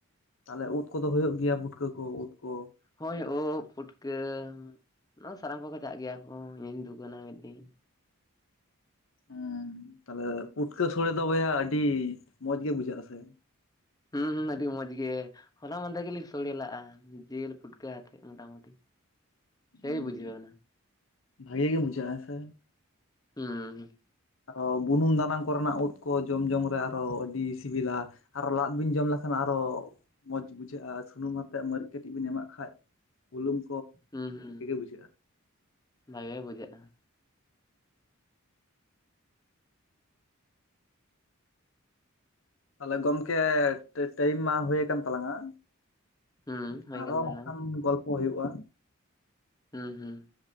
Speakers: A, on the left; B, on the left.
A: ᱛᱟᱦᱚᱞᱮ ᱩᱫ ᱠᱚᱫᱚ ᱦᱩᱭᱩᱜ ᱜᱮᱭᱟ ᱯᱩᱴᱠᱟᱹ ᱠᱚ ᱩᱫ ᱠᱚ᱾
B: ᱦᱳᱭ ᱳᱵ ᱯᱩᱴᱠᱟᱹ ᱱᱚᱣᱟ ᱥᱟᱱᱟᱢ ᱠᱚᱜᱮ ᱪᱟᱜ ᱜᱮᱭᱟ ᱠᱚ ᱤᱧ ᱫᱩᱠᱟᱱᱟ ᱢᱤᱫ ᱫᱤᱱ
A: ᱦᱮᱸ ᱛᱟᱦᱚᱞᱮ ᱯᱩᱴᱠᱟᱹ ᱥᱚᱲᱮ ᱫᱚ ᱵᱚᱭᱦᱟ ᱟᱹᱰᱤ ᱢᱚᱸᱡᱽ ᱜᱮ ᱵᱩᱡᱷᱟᱹᱜ-ᱟ ᱥᱮ
B: ᱦᱩᱸ ᱦᱩᱸ ᱟᱹᱰᱤ ᱢᱚᱡᱽ ᱜᱮ ᱦᱚᱞᱟ ᱢᱟᱸᱫᱮᱨ ᱜᱮᱞᱤᱧ ᱥᱳᱲᱮ ᱞᱟᱜ-ᱟ ᱡᱤᱞ ᱯᱷᱩᱴᱠᱟᱹ ᱟᱛᱮᱫ ᱢᱚᱴᱟᱢᱩᱴᱤ ᱥᱮᱭ
A: ᱦᱩᱸ
B: ᱵᱩᱡᱷᱟᱹᱣᱱᱟ
A: ᱵᱷᱟᱜᱮ ᱜᱮ ᱵᱩᱡᱷᱟᱹᱜ-ᱟ ᱥᱮ
B: ᱦᱩᱸ
A: ᱟᱨᱚ ᱵᱩᱱᱩᱢ ᱫᱟᱱᱟᱝ ᱠᱚᱨᱮᱱᱟᱜ ᱩᱫ ᱠᱚ ᱡᱚᱢ ᱡᱚᱝ ᱨᱮ ᱟᱨᱚ ᱟᱹᱰᱤ ᱥᱤᱵᱤᱞ ᱟ ᱟᱨᱚ ᱞᱟᱫ ᱵᱤᱱ ᱡᱚᱢ ᱞᱮᱠᱷᱟᱱ ᱟᱨᱚ ᱢᱚᱡᱽ ᱵᱩᱡᱷᱟᱹᱜ-ᱟ ᱥᱩᱱᱩᱢ ᱟᱛᱮᱫ ᱢᱟᱨᱤᱪ ᱠᱟᱹᱴᱤᱡ ᱵᱤᱱ ᱮᱢᱟᱜ ᱠᱷᱟᱱ ᱵᱩᱞᱩᱝ
B: ᱦᱩᱸ ᱦᱩᱸ
A: ᱵᱩᱡᱷᱟᱹᱜᱼᱟ
B: ᱵᱷᱟᱜᱮ ᱵᱩᱡᱷᱟᱹᱜ-ᱟ᱾
A: ᱛᱟᱦᱚᱞᱮ ᱜᱚᱢᱠᱮ ᱴᱟᱭᱤᱢ ᱢᱟ ᱦᱩᱭᱠᱟᱱ ᱛᱟᱞᱟᱝ ᱟ
B: ᱦᱩᱸ ᱦᱩᱭ
A: ᱟᱨᱦᱚ
B: ᱠᱟᱱ ᱛᱟᱞᱟᱝᱟ
A: ᱠᱷᱟᱱ ᱜᱚᱞᱯᱚ ᱦᱩᱭᱩᱜ-ᱟ᱾
B: ᱦᱩᱸ ᱦᱩᱸ